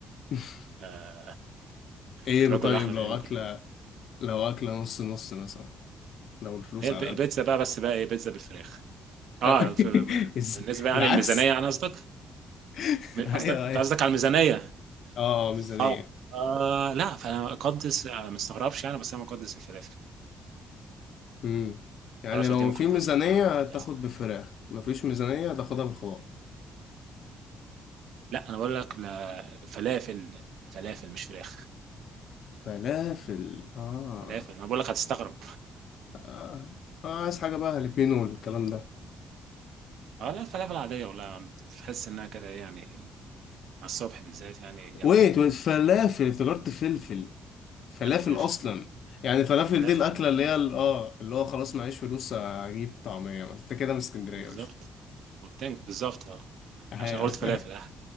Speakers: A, on the left; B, on the right.
A: <laughs>
B: آه
A: ايه
B: كنت باكل
A: طيب
B: لحمه
A: لو
B: تقريبا
A: اكله
B: كل يوم
A: لو اكله نص نص مثلا لو الفلوس
B: هي الب-
A: على
B: البيتزا
A: قد
B: بقى بس بقى ايه بيتزا بالفراخ اه
A: <laughs>
B: ف-
A: إز-
B: بالنسبه يعني
A: العكس
B: الميزانيه يعني قصدك
A: <laughs>
B: قصدك
A: ايوه
B: انت
A: ايوه
B: قصدك على الميزانيه
A: اه آه، ميزانية
B: اه آه لا فانا اقدس آه، ما استغربش يعني بس انا مقدس الفلافل
A: امم يعني
B: الفلافل
A: لو
B: دي مقدسه
A: في ميزانية
B: مقدسه
A: تاخد
B: عندي.
A: بفراخ مفيش ميزانية تاخدها بالخضار
B: لا انا بقول لك لا فلافل فلافل مش فراخ
A: فلافل آه.
B: فلافل ما بقول لك هتستغرب
A: آه. آه عايز حاجة بقى هالبينو والكلام ده
B: اه لا الفلافل العادية والله يا عم تحس انها كده ايه يعني على الصبح بالذات يعني جامدة
A: ويت ويت فلافل افتكرت فلفل فلافل
B: لا فلافل
A: أصلا يعني فلافل
B: فلافل
A: دي الأكلة
B: اه
A: اللي هي ال- اه اللي هو خلاص معيش فلوس أجيب طعمية بس أنت كده من اسكندرية
B: بالظبط
A: يا باشا
B: والتنج بالظبط اه
A: أهي.
B: عشان قلت فلافل اه